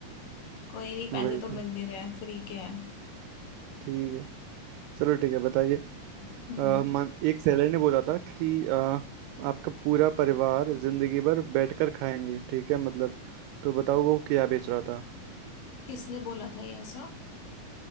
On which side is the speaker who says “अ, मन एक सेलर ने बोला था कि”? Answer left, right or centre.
Right